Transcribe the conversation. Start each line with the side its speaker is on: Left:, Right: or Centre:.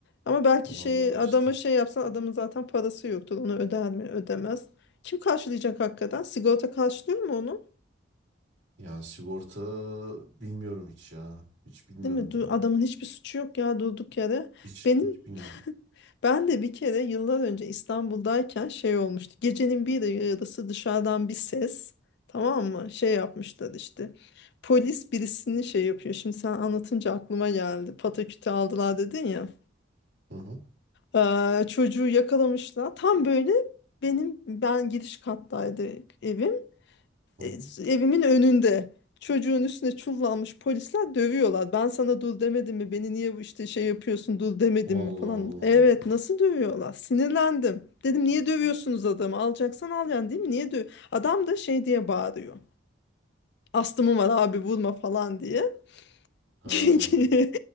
Left: Ama belki
Right: vallahi
Left: şey adama
Right: işte.
Left: şey yapsan adamın zaten parası yoktur. Onu öder mi? Ödemez. Kim karşılayacak hakikaten? Sigorta karşılıyor mu onu?
Right: Yani sigorta bilmiyorum hiç ya. Hiç bilmiyorum
Left: Değil mi? Du-
Right: ya.
Left: adamın hiçbir suçu yok ya durduk yere.
Right: Hiç
Left: Benim
Right: hiç bilmiyorum.
Left: ben de bir kere yıllar önce İstanbul'dayken şey olmuştu. Gecenin bir yarısı dışarıdan bir ses. Tamam mı? Şey yapmışlar işte. Polis birisini şey yapıyor. Şimdi sen anlatınca aklıma geldi. Pataküte aldılar dedin ya.
Right: Hı hı
Left: Ee, çocuğu yakalamışlar. Tam böyle benim ben giriş kattaydı evim.
Right: hı.
Left: E,
Right: hı.
Left: s- evimin önünde. Çocuğun üstüne çullanmış polisler dövüyorlar. Ben sana dur demedim mi? Beni niye bu işte şey yapıyorsun dur demedim
Right: Vallahi
Left: mi falan.
Right: Allah.
Left: Evet nasıl dövüyorlar? Sinirlendim. Dedim niye dövüyorsunuz adamı? Alacaksan al yani değil mi? Niye döv? Adam da şey diye bağırıyor. Astımım var abi vurma falan diye.
Right: Ha.
Left: <laughs>